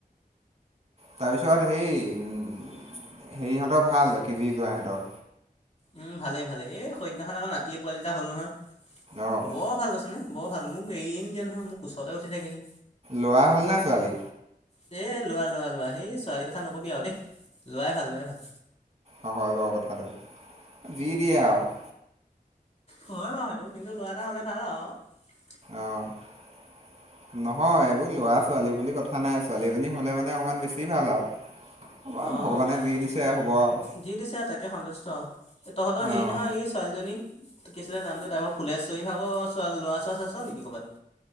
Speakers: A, on the right; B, on the left.
A: তাৰ পিছত হেই উ হেৰিহঁতৰ ভাল বাকী জি জোঁৱাই ইহঁতৰ
B: উম, ভালেই ভালেই এই সেইদিনাখন আকৌ নাতিয়ে পোৱালি এটা হ'ল নহয়
A: অ',
B: বৰ ভাল কৈছনে। বৰ ভাল মোক এৰি নিদিয়ে নহয় মোৰ কোঁচতে উঠি থাকেহি।
A: লৰা হ'ল ন ছোৱালী?
B: এ, লৰা লৰা লৰা এ ছোৱালীৰ কথা নকবি আৰু দেই। ল'ৰাই ভাল ল'ৰাই ভাল
A: অ হয় বাৰু কথাটো, যি দিয়ে আৰু
B: হয় বাৰু সেইটো কিন্তু লৰা এটা হলে ভাল আৰু
A: আহ্ নহয় এইবোৰ ল'ৰা ছোৱালী বুলি কথা নাই, ছোৱালী এজনী হলে মানে অকমান বেছি ভাল আৰু অ
B: অঁ
A: ভগৱানে
B: হয়
A: যি
B: হয়
A: দিছে হ'ব, আৰু
B: যি দিছে তাকে সন্তুষ্ট তহঁতৰ হেৰি
A: অ',
B: নহয় এই ছোৱালীজনী ত কি আছিলে নামটো তাৰ ফুলেশ্বৰী ভাগৰ ল'ৰা চোৱা আছে নেকি কৰবাত?